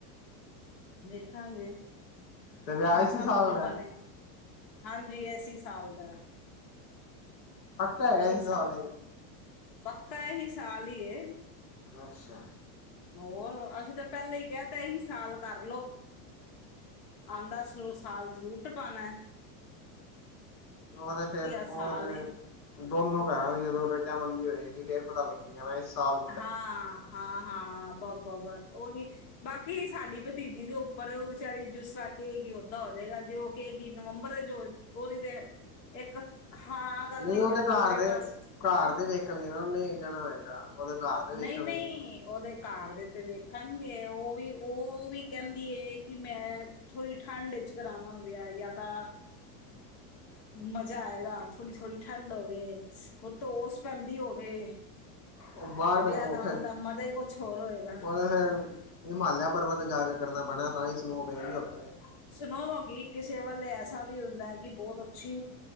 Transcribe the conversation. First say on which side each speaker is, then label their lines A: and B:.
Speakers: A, on the left; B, on the left.
A: ਵੇਖਾਂਗੇ,
B: ਤੇ ਵਿਆਹ
A: ਜੈਸਾ
B: ਇਸੀ ਸਾਲ
A: ਮਾਹੌਲ
B: ਦਾ
A: ਬਣੇ। ਹਾਂਜੀ ਐਸੀ ਸਾਲ ਦਾ
B: ਪੱਕਾ ਹੈਗਾ
A: ਇਹੀ
B: ਇਸ
A: ਸਾ,
B: ਸਾਲ ਇਹ
A: ਪੱਕਾ ਐਹੀ ਸਾਲ ਈ ਏ।
B: ਅੱਛਾ
A: ਹੋਰ ਅਸੀਂ ਤਾਂ ਪਹਿਲਾਂ ਹੀ ਕਹਿ ਤਾ ਇਹੀ ਸਾਲ ਕਰ ਲਓ। ਆਦਾ ਉਸਨੂੰ ਸਾਲ ਜ਼ਰੂਰ ਟਪਾਣਾ।
B: ਉਹ ਤੇ ਫੇਰ ਉਹ
A: ਸਾਲ
B: ਤੇ,
A: ਏ
B: ਦੋਨੋ ਘਰਾਂ ਦੀ ਜਦੋਂ ਰਜਾ ਮੰਦੀ ਹੋਏਗੀ ਫੇਰ ਪਤਾ ਲੱਗੇ। ਇਸ ਸਾਲ
A: ਹਾਂ, ਹਾਂ-ਹਾਂ ਬ ਬ ਬੱਸ ਉਹੀ ਬਾਕੀ ਸਾਡੀ ਭਤੀਜੀ ਦੇ ਉੱਪਰ ਉਹ ਵਿਚਾਰੀ ਜਿਸ ਤਰ੍ਹਾਂ ਕਹੇਗੀ ਓਦਾਂ ਹੋ ਜਾਏਗਾ ਜੇ ਉਹ ਕਹੇਗੀ ਨਵੰਬਰ ਏ ਜੋ, ਉਹਦੀ ਤੇ, ਇੱਕ ਹਾਂ ਕਰਨ
B: ਨਹੀਂ
A: ਦੀ
B: ਉਹਦੇ
A: ਜ਼ਰੂਰਤ
B: ਘਰ
A: ਏ
B: ਦੇ
A: ਬਸ।
B: ਘਰ ਦੇ ਵੇਖਣ ਗਏ ਨਾ ਉਹਨੇ ਕੀ ਕਹਿਣਾ ਹੋਏਗਾ। ਉਹਦੇ ਘਰ ਦੇ ਵੇਖਣਗੇ।
A: ਨਹੀਂ-ਨਹੀਂ ਉਹਦੇ ਘਾਰ ਦੇ ਤੇ ਵੇਖਣਗੇ ਉਹ ਵੀ ਉਹ ਵੀ ਕਹਿੰਦੀ ਏ ਕਿ ਮੈਂ ਥੋੜੀ ਠੰਡ 'ਚ ਕਰਾਵਾਂ ਵਿਆਹ ਜਾਂ ਤਾਂ
B: <inaudible>
A: ਮਜ਼ਾ ਆਏਗਾ ਥੋੜ੍ਹੀ-ਥੋੜ੍ਹੀ ਠੰਡ ਹੋਵੇ, ਉਹ ਓਸ ਪੈਂਦੀ ਹੋਵੇ।
B: ਉਹ ਬਾਹਰ
A: ਤੇ
B: ਦੇ
A: ਵਿਆਹ
B: ਉਹ
A: ਕਰਾਉਣ
B: ਫਿਰ,
A: ਦਾ ਮਜ਼ਾ ਹੀ ਕੁਛ ਹੋਰ ਹੋਏਗਾ
B: ਉਹਦਾ ਫੇਰ ਹਿਮਾਲਿਆ ਪਰਵਤ ਜਾ ਕੇ ਕਰਨਾ ਪੈਣਾ ਤਾਂ ਹੀ ਸਨੋ ਪਏਗੀ ਉੱਥੇ।
A: ਸੁਣੋਗੀ ਕਿਸੇ ਵੱਲ ਐਸਾ ਵੀ ਹੁੰਦਾ ਹੈ ਕਿ ਬਹੁਤ ਅੱਛੀ